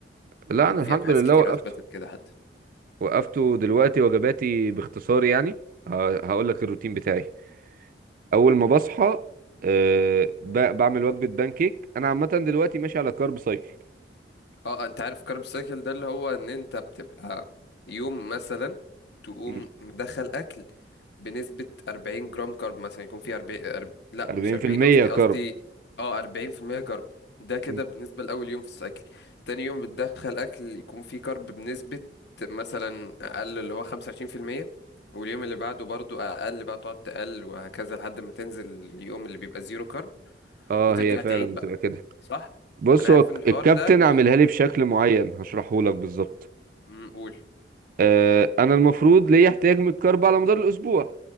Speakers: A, on the right (about 50°); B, on the left (about 65°).
A: لا
B: يعني
A: أنا
B: في
A: الحمد
B: ابحاث
A: لله
B: كتير
A: وقفته
B: اثبتت كده حتى
A: وقفته دلوقتي وجباتي باختصار يعني هقول لك الروتين بتاعي أول ما بصحى أه ب- بعمل وجبة بانكيك أنا عامة دلوقتي ماشي على كارب سايكل
B: اه انت عارف كارب سايكل ده اللي هو ان انت بتبقى يوم مثلا تقوم
A: مم.
B: مدخل اكل بنسبة 40 جرام كارب مثلا يكون فيه 40 أرب... لا
A: 40%
B: مش 40 قصدي
A: كارب
B: قصدي اه 40% كارب ده كده
A: مم.
B: بالنسبة لأول يوم في السايكل تاني يوم بتدخل اكل يكون فيه كارب بنسبة مثلا اقل اللي هو 25% واليوم اللي بعده برضو اقل بقى تقعد تقل وهكذا لحد ما تنزل اليوم اللي بيبقى زيرو كارب
A: اه
B: وترجع
A: هي فعلا
B: تعيد بقى
A: بتبقى كده
B: صح
A: بص
B: انا عارف
A: هو
B: ان الحوار
A: الكابتن
B: ده بي...
A: عاملها لي بشكل معين هشرحه لك بالظبط
B: امم قول
A: أه أنا المفروض ليا احتياج من الكارب على مدار الأسبوع